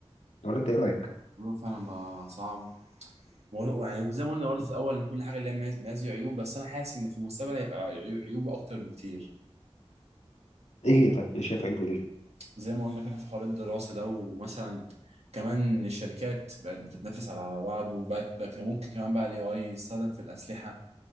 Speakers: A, on the left; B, on the right.
A: ولا انت ايه رأيك؟
B: الموضوع فعلا بقى صعب موضوع يعني زي ما قلنا برضه في الاول ان كل حاجه ليها مز- مزايا وعيوب بس انا حاسس ان في المستقبل هيبقى عيو- عيوبه اكتر بكتير
A: ايه هي طيب ايه شايف عيبه ليه؟
B: زي ما قلنا كده في حوار الدراسه ده ومثلا كمان الشركات بقت بتتنافس على بعض وبقت بقى كان ممكن كمان بقى الاي اي يستخدم في الاسلحه